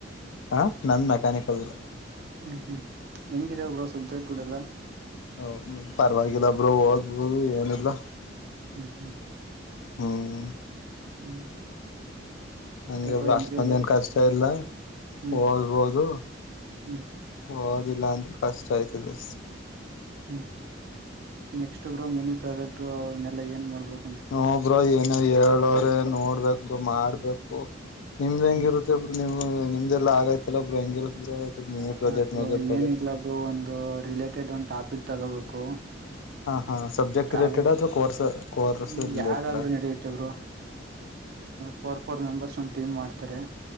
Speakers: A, on the left (about 85°); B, on the right (about 55°).
A: ಹ ನಂದ್ ಮೆಕ್ಯಾನಿಕಲ್ ಬ್ರೋ.
B: ಹ್ಮ್, ಹ್ಮ್ ಹೆಂಗಿದೆ ಬ್ರೋ ಸ್ದ <unintelligible> ಟ್ ಕೂಡಲ್ಲ
A: ಹ, ಪರವಾಗಿಲ್ಲ ಬ್ರೋ ಓದ್ಬೋದು ಏನಿಲ್ಲಾ
B: ಹ್ಮ್, ಹ್ಮ್
A: ಹ್ಮ್,
B: ಹ್ಮ್ <inaudible>
A: ಹಂಗಿಲ್ಲಾ
B: ಹೆಂಗೆ
A: ಅಷ್ಟೊಂದು
B: ಬ್ರೋ
A: ಏನ್ ಕಷ್ಟ ಇಲ್ಲ
B: ಹ್ಮ್
A: ಓದ್ಬೋದು.
B: ಹ್ಮ್
A: ಹಓದಿಲ್ಲ ಅಂದ್ರೆ ಕಷ್ಟ ಆಯ್ತದಸ್ <unintelligible>
B: ಹ್ಮ್, ನೆಕ್ಸ್ಟ್ ಬ್ರೋ ಮಿನಿ ಪ್ರಾಜೆಕ್ಟ್ ಅವನ್ನೆಲ್ಲಾ ಏನ್ ಮಾಡ್ಬೇಕು.? -
A: ಹಾ, ಬ್ರೋ ಏನ ಹೇಳವ್ರೆನೋಡ್ಬೇಕ್, ಮಾಡ್ಬೇಕಕ್ ನಿಮ್ದ್ ಹೆಂಗಿರುತ್ತ-
B: ಹ್ಮ್
A: ನಿಮ್ದೆಲ್ಲ ಆಗೈತಲ್ಲ ಬ್ರೋ ಹೆಂಗಿರ ಮಿನಿ
B: ಹ
A: ಪ್ರಾಜೆಕ್ಟ್,
B: ಬ್ರೋ
A: ಮೇಜರ್ ಪ್ರಾಜೆಕ್ಟ್
B: ಏನಿಲ್ಲ ಬ್ರೋ ಒಂದು ರಿಲೇಟೆಡ್ ಒಂದು ಟಾಪಿಕ್ ತಗೋಬೇಕು.
A: ಹಾ, ಹಾ ಸಬ್ಜೆಕ್ಟ್
B: ಕಾಲೇಜ್
A: ರಿಲೇಟೆಡ್ ಅಥವಾ ಕೋರ್ ಕೋರ್ಸ್
B: ಈಗ
A: ರಿಲೇಟೆಡಾ
B: ಯಾವ್ದಾದ್ರು ನಡೆಯುತ್ತೆ ಬ್ರೋ ಫೋರ್ ಫೋರ್ ಮೆಂಬರ್ಸ್ ಒಂದ ಟೀಮ್ ಮಾಡ್ತಾರೆ.